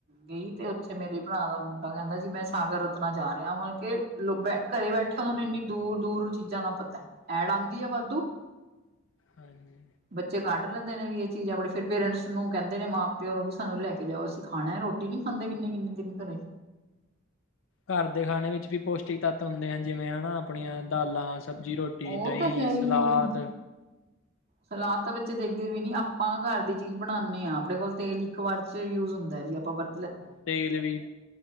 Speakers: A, on the right; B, on the left.
A: ਗਈ ਤੇ ਉੱਥੇ ਮੇਰੇ ਭਰਾ ਦਾ ਮੁੰਡਾ ਕਹਿੰਦਾ ਸੀ ਮੈਂ ਸਾਗਰ ਰਤਨਾ ਜਾ ਰਿਹਾ ਮਤਲਬ ਕਿ ਲੋ ਬੈ ਘਰੇ ਬੈਠਾ ਉਹਨਾਂ ਨੂੰ ਇੰਨੀ ਦੂਰ- ਦੂਰ ਚੀਜ਼ਾਂ ਦਾ ਪਤਾ, ਐੜ ਆਂਦੀ ਆ ਵਾਧੂ।
B: ਹਾਂਜੀ
A: ਬੱਚੇ ਕੱਢ ਲੈਂਦੇ ਨੇ ਵੀ ਇਹ ਚੀਜ਼ ਆਪ ਫੇਰ ਪੇਰੈਂਟਸ ਨੂੰ ਕਹਿੰਦੇ ਨੇ ਮਾਂ- ਪਿਓ ਨੂੰ ਵੀ ਸਾਨੂੰ ਲੈ ਕੇ ਜਾਓ, ਅਸੀਂ ਖਾਣਾ ਰੋਟੀ ਨੀ ਖਾਂਦੇ ਕਿੰਨੇ -ਕਿੰਨੇ ਦਿਨ ਘਰੇ।
B: ਘਰ ਦੇ ਖਾਣੇ ਵਿੱਚ ਵੀ ਪੌਸ਼ਟਿਕ ਤੱਤ ਹੁੰਦੇ, ਜਿਵੇਂ ਹਨਾ ਆਪਣੀਆਂ ਦਾਲਾਂ, ਸਬਜ਼ੀ ਰੋ। ਰੋਟੀ,
A: ਉਹ
B: ਦਹੀਂ,
A: ਤਾਂ ਹੈ ਹੀ
B: ਸਲਾਦ।
A: ਸਲਾਦ ਤਾਂ ਬੱਚੇ ਦੇਖਦੇ ਵੀ ਨੀ ਆਪਾਂ ਘਰ ਦੀ ਚੀਜ਼ ਬਣਾਨੇ ਆ ਆਪਣੇ ਕੋਲ ਤੇਲ ਇੱਕ ਵਾਰ ਚ ਯੂਜ ਹੁੰਦੈ ਜੀ ਆਪਾਂ ਵਰ
B: ਹਾਂ, ਤੇਲ ਵੀ